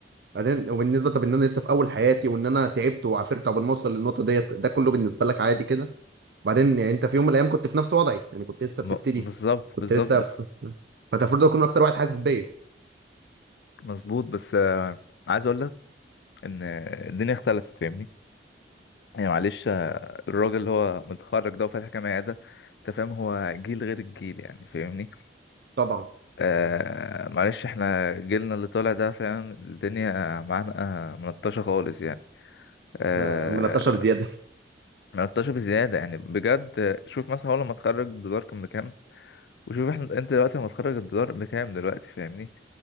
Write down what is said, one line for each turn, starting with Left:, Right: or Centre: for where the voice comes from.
Right: بعدين وبالنسبه طب ان انا لسه في اول حياتي وان انا تعبت وعافرت قبل ما اوصل للنقطه ديت ده كله بالنسبه لك عادي كده بعدين يعني انت في يوم من الايام كنت في نفس وضعي يعني كنت لسه
Left: م-
Right: بتبتدي
Left: بالظبط
Right: كنت
Left: بالظبط
Right: لسه في فانت المفروض تكون اكتر واحد حاسس بيا
Left: مظبوط بس آه عايز اقول لك ان الدنيا اختلفت فاهمني يعني معلش آه، الراجل اللي هو متخرج ده وفاتح كام عيادة انت فاهم هو جيل غير الجيل يعني فاهمني
Right: طبعا
Left: آه معلش احنا جيلنا اللي طالع ده فاهم الدنيا معانا ملطشة خالص يعني آه
Right: آه، ملطشه بزياده
Left: ملطشة بزيادة يعني بجد شوف مثلا هو لما اتخرج الدولار كان بكام وشوف احنا انت دلوقتي لما تخرج الدولار بكام دلوقتي فاهمني